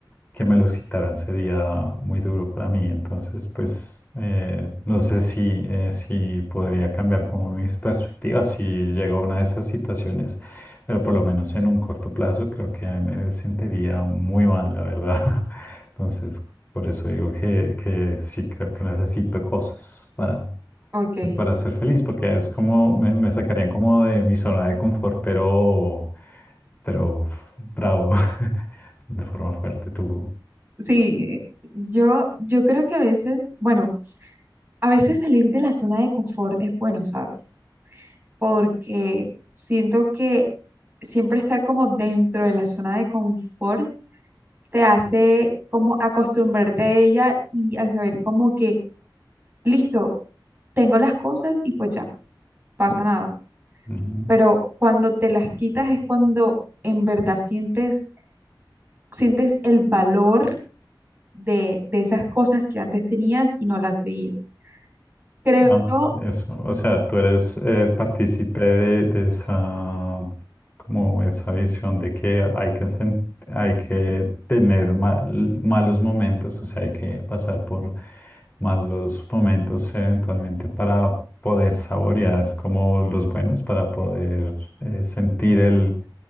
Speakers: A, on the left; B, on the right.
A: que me los quitaran sería muy duro para mí. Entonces, pues, eh, no sé si, eh, si podría cambiar como mis perspectivas si llego a una de esas situaciones, pero por lo menos en un corto plazo creo que me sentiría muy mal, la verdad. <laughs> Entonces, por eso digo que, que sí creo que necesito cosas para
B: ok.
A: pues para ser feliz, porque es como, me, me sacarían como de mi zona de confort, pero, pero bravo, <laughs> de forma fuerte tú.
B: Sí, yo, yo creo que a veces, bueno. A veces salir de la zona de confort es bueno, ¿sabes? Porque siento que siempre estar como dentro de la zona de confort te hace como acostumbrarte a ella y a saber como que, listo, tengo las cosas y pues ya, pasa nada.
A: Ujú.
B: Pero cuando te las quitas es cuando en verdad sientes, sientes el valor de, de esas cosas que antes tenías y no las veías. Creo,
A: Ah, eso, o sea, tú eres eh, partícipe de, de esa, como esa visión de que hay que, sen- hay que tener mal- malos momentos, o sea, hay que pasar por malos momentos eventualmente para poder saborear como los buenos, para poder eh, sentir el,